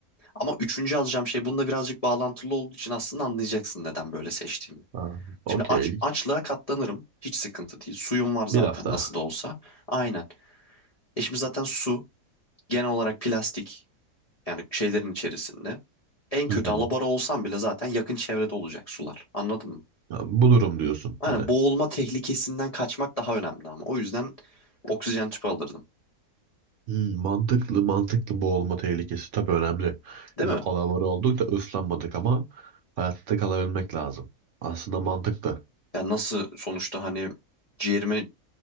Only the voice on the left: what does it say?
Ama üçüncü alacağım şey bununla birazcık bağlantılı olduğu için aslında anlayacaksın neden böyle seçtiğimi.
Şimdi aç, açlığa katlanırım. Hiç sıkıntı değil. Suyum var zaten
nasıl da olsa. Aynen. E şimdi zaten su genel olarak plastik yani şeylerin içerisinde. En kötü
alabora olsam bile zaten yakın çevrede olacak sular. Anladın mı?
Yani
boğulma tehlikesinden kaçmak daha önemli ama. O yüzden oksijen tüpü alırdım.
Değil
mi?
Yani nasıl sonuçta hani ciğerime